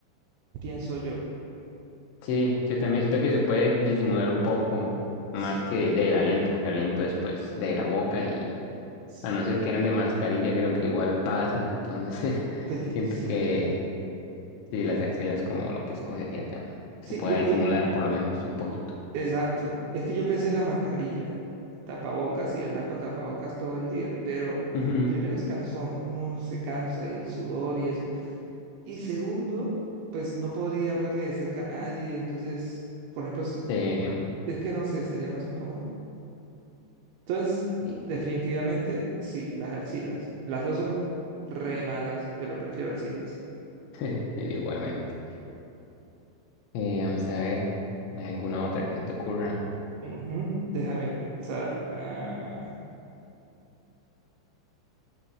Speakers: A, on the right (about 80°); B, on the left (about 85°).
A: pienso yo.
B: Sí, yo también siento que se puede disimular un poco más
A: Sí,
B: que del aliento, porque aliento después de la boca y
A: sí,
B: a no ser que ande mascarilla, creo que igual pasa, entonces <laughs>
A: pues, sí,
B: siento
A: sí,
B: que sí, las axilas es como lo que escogería también, que
A: Sí,
B: se pueda
A: yo,
B: disimular
A: yo.
B: por lo menos un poquito.
A: Exacto. Es que yo pensé en la mascarilla, tapabocas y andar con tapabocas todo el día, pero
B: Ujú.
A: primero es cansón, uno se cansa y el sudor y eso. Y segundo, pues no podría hablarle de cerca a nadie, entonces, por ejemplo, es,
B: Sí,
A: es que no sé, sería más incómodo. Entonces,
B: sí,
A: definitivamente, sí, las axilas. Las dos son re malas, pero prefiero axilas.
B: <laughs> Sí, igualmente. Eh, vamos a ver, ¿alguna otra que se te ocurra?
A: Ujú, Déjame pensar. ah,